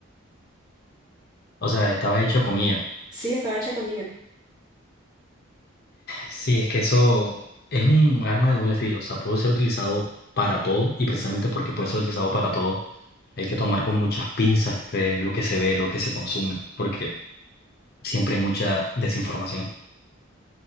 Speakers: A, on the left (about 50°); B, on the right (about 20°).
A: O sea, estaba hecho con IA.
B: Sí, estaba hecha con IA.
A: Sí, es que eso es un arma de doble filo. O sea, puede ser utilizado para todo y precisamente porque puede ser utilizado para todo, hay que tomar con muchas pinzas que lo que se ve, lo que se consume, porque siempre hay mucha desinformación.